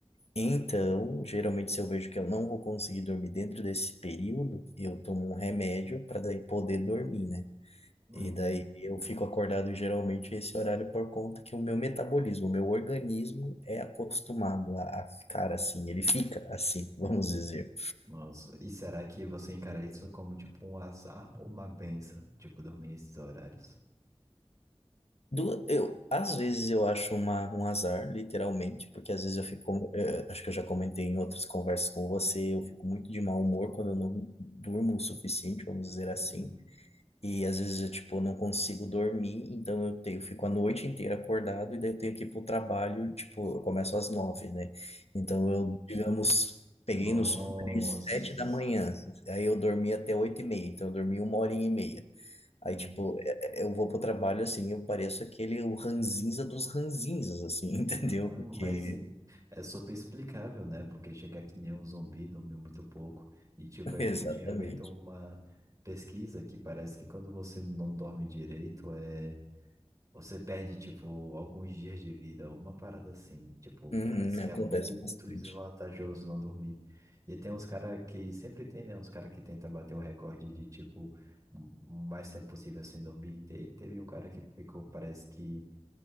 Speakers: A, on the left; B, on the right.
A: então geralmente se eu vejo que eu não vou conseguir dormir dentro desse período, eu tomo um remédio para daí poder dormir, né?
B: hum.
A: E daí eu fico acordado geralmente esse horário por conta que o meu metabolismo, o meu organismo é acostumado a, a ficar assim, ele fica assim, <laughs> vamos dizer.
B: Nossa, e será que você encara isso como tipo um azar ou uma benção? Tipo, dormir esses horários?
A: Du- eu, às vezes eu acho uma, um azar, literalmente, porque às vezes eu fico, como- eh, acho que eu já comentei em outras conversas com você, eu fico muito de mau humor quando eu não durmo o suficiente, vamos dizer assim.
B: Uhum,
A: E às vezes eu, tipo, não consigo dormir, então eu tenho, eu fico a noite inteira acordado e daí eu tenho que ir pro trabalho, tipo, eu começo às nove, né? Então
B: uhum.
A: eu, digamos, peguei
B: Nossa.
A: no sono de sete da manhã, aí eu dormi até oito e meia, então eu dormi uma hora e meia. Aí,
B: uhum.
A: tipo, é- é- eu vou pro trabalho assim, eu pareço aquele o ranzinza dos ranzinzas, assim,
B: Bem,
A: <laughs>
B: vai,
A: entendeu? Porque,
B: Mas e- é super explicável, né? Porque chegar que nem um zumbi, dormiu muito pouco. E tipo,
A: <laughs>
B: eu
A: exatamente.
B: tinha feito uma pesquisa que parece que quando você não dorme direito, é. Você perde, tipo, alguns dias de vida, uma parada assim. Tipo,
A: Uhum,
B: parece que
A: acontece
B: é muito
A: bastante.
B: desvantajoso não dormir. E tem uns caras que sempre tem, né? Uns caras que tenta bater o recorde de, tipo, um, o mais tempo possível sem dormir. Te- teve um cara que ficou, parece que.